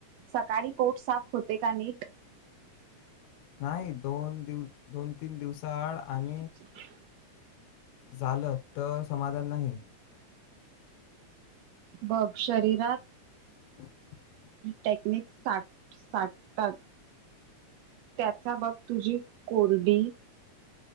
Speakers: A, on the right; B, on the left.
A: सकाळी पोट साफ होते का नीट?
B: नाही. दोन दिव दोन, तीन दिवसा आड आणि
A: <inaudible>
B: झालं तर समाधान नाही.
A: बघ शरीरात
B: <unintelligible>
A: टेक्निक सा साटतात. त्याचा बघ तुझी कोरडी